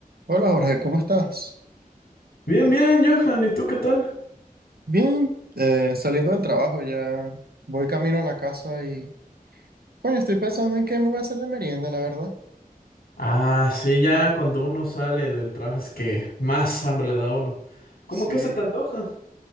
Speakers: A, on the right; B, on the left.
A: Hola Jorge, ¿cómo estás?
B: Bien, bien, Johan, ¿y tú qué tal?
A: Bien, eh, saliendo del trabajo ya voy camino a la casa y coño, estoy pensando en qué me voy a hacer de merienda, la verdad.
B: Ah, sí, ya cuando uno sale del trabajo es que más hambre le da a uno. ¿Cómo
A: Sí,
B: que se te antoja?